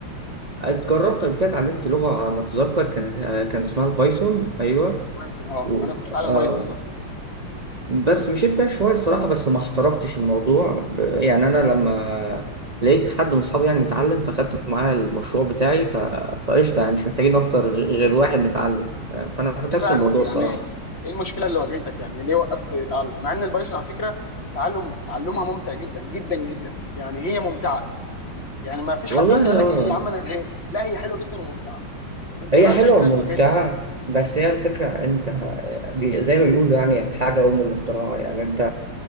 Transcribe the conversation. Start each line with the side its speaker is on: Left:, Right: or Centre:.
Right: اتجربت قبل كده اتعلمت لغة على ما أتذكر كانت آه، كان اسمها البايثون أيوه
Left: بايثون اه
Right: و...
Left: ما انا كنت بتعلم
Right: آه...
Left: بايثون برضه
Right: بس مشيت فيها شوية الصراحة بس ما احترفتش الموضوع ب... يعني أنا
Left: اه
Right: لما لقيت حد من أصحابي يعني متعلم فاخدت معاه المشروع بتاعي ف... فقشطة يعني مش محتاجين أكتر غير واحد متعلم ف- فأنا فكست
Left: ايه بقى
Right: الموضوع
Left: الم... يعني
Right: الصراحة
Left: ايه المشكله اللي واجهتك يعني ليه وقفت تعلم مع ان البايثون على فكره تعلم تعلمها ممتع جدا جدا جدا يعني هي ممتعه يعني ما فيش
Right: والله
Left: حد مثلا يقول لك
Right: آه
Left: ايه يا عم انا زهقت لا هي حلوه جدا وممتعه انت
Right: هي
Left: ايه بقى
Right: حلوة
Left: المشكله
Right: وممتعة
Left: اللي واجهتك
Right: بس هي الفكرة أنت بي... زي ما بيقولوا يعني الحاجة أم الاختراع يعني أنت